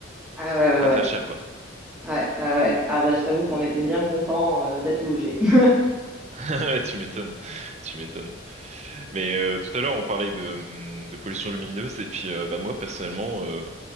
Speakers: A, in the centre; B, on the right.
A: Ah ouais, ouais,
B: très
A: ouais.
B: très cher quoi. <laughs>
A: Ouais, ouais, ouais. Ah bah, je t'avoue qu'on était bien contents euh, d'être logés. <laughs>
B: Ouais, Tu m'étonnes, tu m'étonnes. Mais euh, tout à l'heure, on parlait de, de pollution lumineuse et puis euh, bah, moi personnellement, euh,